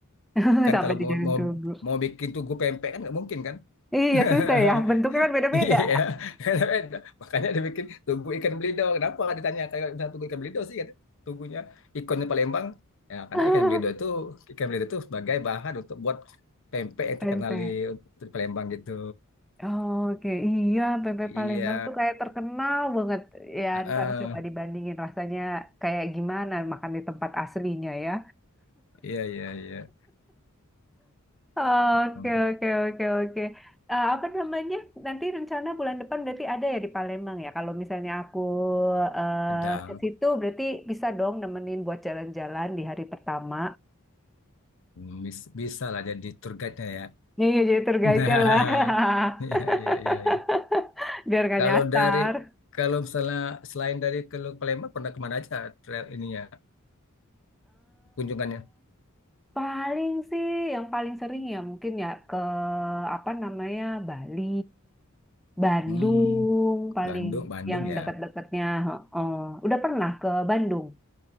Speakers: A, in the centre; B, on the left.
A: <laughs>
B: kan
A: Sampai
B: kalau
A: di
B: mau
A: jalan
B: mau
A: tunggu.
B: mau bikin tugu pempek kan nggak mungkin kan
A: Iya,
B: <laughs>
A: susah ya. Bentuknya kan beda-beda.
B: Iya, <laughs> makanya dia bikin tugu ikan belido. Kenapa ditanya kayak misalnya tugu ikan belido sih? Kata, Tugunya ikonnya Palembang. Ya, karena
A: <laughs>
B: ikan belido itu ikan belido itu sebagai bahan untuk buat pempek yang
A: Pempek.
B: terkenal di, untuk di Palembang gitu.
A: Oke, iya bebek
B: Iya,
A: Palembang tuh kayak terkenal banget. Ya,
B: heeh.
A: ntar coba dibandingin rasanya kayak gimana makan di tempat aslinya ya.
B: iya, iya, iya.
A: Oke,
B: Hmm.
A: oke, oke, oke. Eh, apa namanya? Nanti rencana bulan depan berarti ada ya di Palembang ya. Kalau misalnya aku eh,
B: Pedang
A: ke situ berarti bisa dong nemenin buat jalan-jalan di hari pertama.
B: Hmm, bis- bisa lah jadi tour guide-nya ya.
A: Iya, jadi tergaitnya
B: <laughs>
A: lah.
B: Nah, iya, iya, iya,
A: <laughs>
B: iya.
A: Biar gak
B: Kalau
A: nyasar.
B: dari kalau misalnya selain dari ke Palembang pernah kemana aja trail ininya? kunjungannya
A: Paling sih yang paling sering ya mungkin ya ke apa namanya Bali, Bandung
B: Hmm,
A: paling
B: Bandung, Bandung
A: yang
B: ya.
A: dekat-dekatnya. heeh. Udah pernah ke Bandung?